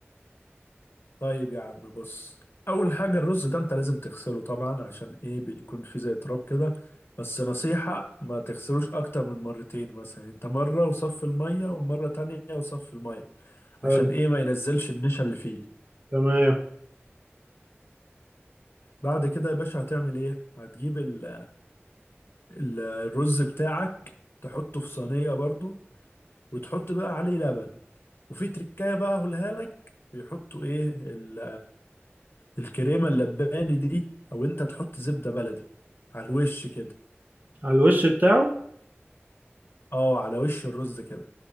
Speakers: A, on the left; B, on the right.
A: طيب يا عم بص اول حاجة الرز ده انت لازم تغسله طبعا عشان ايه بيكون فيه زي تراب كده بس نصيحة ما تغسلوش اكتر من مرتين مثلا انت مرة وصف المية ومرة تانية وصف المية
B: حلو
A: عشان ايه ما ينزلش النشا اللي فيه
B: تمام
A: بعد كده يا باشا هتعمل ايه هتجيب ال... ال- الرز بتاعك تحطه في صينية برضو وتحط بقى عليه لبن وفي تركاية بقى هقولها لك بيحطوا ايه ال... الكريمة اللباني دي او انت تحط زبدة بلدي على الوش كده
B: على الوش بتاعه
A: اه على وش الرز كده